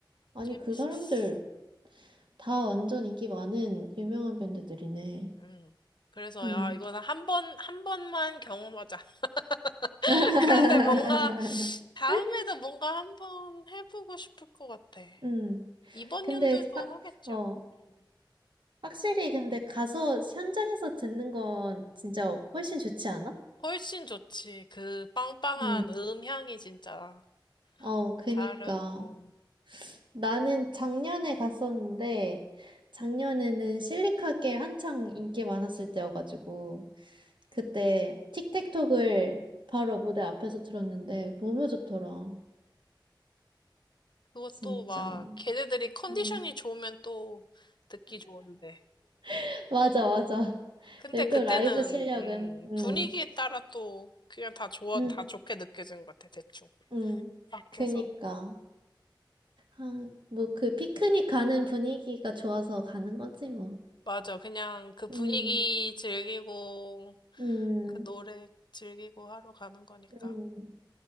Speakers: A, on the right; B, on the left.
A: 아니,
B: 재밌었어.
A: 그 사람들 다 완전 인기 많은 유명한 밴드들이네.
B: 음. 그래서
A: 음.
B: 야 이거는 한 번 한 번만 경험하자. <laughs>
A: <laughs>
B: 그런데 뭔가 다음에도 뭔가 한 번 해보고 싶을 것 같아.
A: 음.
B: 이번
A: 근데,
B: 연도에도
A: 확,
B: 하겠지
A: 어,
B: 아마. 음.
A: 확실히 근데 가서 현장에서 듣는 건 진짜 훨씬 좋지 않아?
B: 훨씬 좋지. 그 빵빵한
A: 음.
B: 음향이 진짜
A: 어, 그니까.
B: 다르고
A: 나는 작년에 갔었는데, 작년에는 실리카겔 한창 인기 많았을 때여가지고, 그때 틱택톡을 바로 무대 앞에서 들었는데, 너무 좋더라.
B: 그것도
A: 진짜.
B: 막 걔네들이 컨디션이
A: 음.
B: 좋으면 또 듣기 좋은데.
A: <laughs> 맞아, 맞아.
B: 근데
A: 근데
B: 그때는
A: 또 라이브 실력은,
B: 음,
A: 음,
B: 분위기에 따라 또 그냥 다 좋아
A: 음,
B: 다 좋게 느껴진 것 같아 대충
A: 음.
B: 밖에서
A: 그니까. 아, 뭐 그 피크닉 가는 분위기가 좋아서 가는 거지, 뭐.
B: 맞아 그냥 그 분위기
A: 음,
B: 즐기고
A: 음,
B: 그 노래 즐기고 하러 가는 거니까
A: 음,